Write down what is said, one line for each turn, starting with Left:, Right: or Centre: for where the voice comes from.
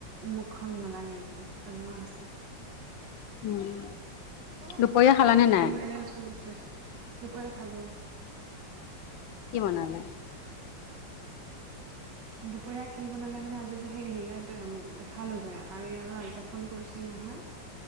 Right: মুখন নালাগে একো তেনেকোৱা হৈছে।
Left: উম
Right: গয়
Left: দুপৰীয়া খালানে
Right: টেষ্ট
Left: নাই
Right: <inaudible> দুপৰীয়া খালো।
Left: কি বনালে। <inaudible>
Right: দুপৰীয়া কি বনালে মানে আজি যে হে হেইয়াতটে দেখালো যে আৰু ইয়াৰো আল্টছ। চাউণ্ড কৰিছিল নহয়